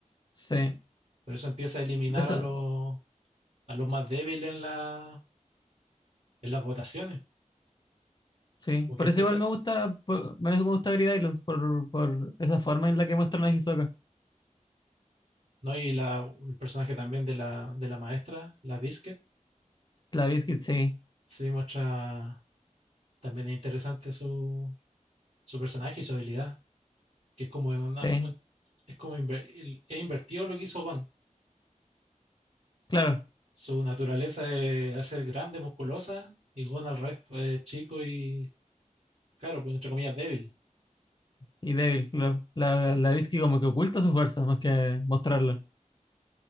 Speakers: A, on the left (about 35°); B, on the right (about 60°).
A: sí.
B: Por eso empieza a eliminar
A: Por eso,
B: a los, a los más débiles en la, en las votaciones.
A: sí.
B: Porque
A: Por
B: empieza,
A: eso igual me gusta, por- me me gusta Grid Islands, por, por esa forma en la que muestran a Hisoka.
B: ¿no? Y la, el personaje también de la, de la maestra, la Biscuit,
A: La Biscuit, sí,
B: se muestra también es interesante su, su personaje y su habilidad, que es como una-
A: sí,
B: un- es como inver- el- es invertido lo que hizo Gon.
A: claro.
B: Su naturaleza es hacer grande, musculosa, y Gon al revés, pues, es chico y, claro, pues, entre comillas, débil.
A: Y débil, claro. La, la Biscuit como que oculta su fuerza, más que mostrarla.